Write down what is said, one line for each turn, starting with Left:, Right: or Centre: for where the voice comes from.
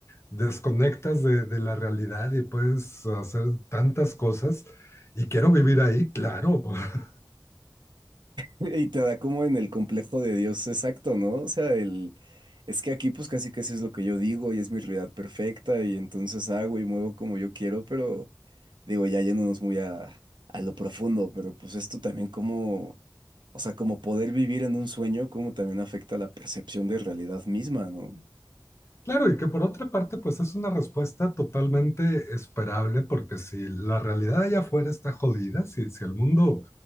Left: desconectas de, de la realidad y puedes hacer tantas cosas y quiero vivir ahí, claro. <laughs>
Right: Y te da como en el complejo de Dios exacto, ¿no? O sea, el es que aquí pues casi casi es lo que yo digo y es mi realidad perfecta y entonces hago y muevo como yo quiero, pero digo, ya yéndonos muy a, a lo profundo, pero pues esto también como, o sea, como poder vivir en un sueño, como también afecta la percepción de realidad misma, ¿no?
Left: Claro, y que por otra parte, pues es una respuesta totalmente esperable, porque si la realidad allá afuera está jodida, si, si el mundo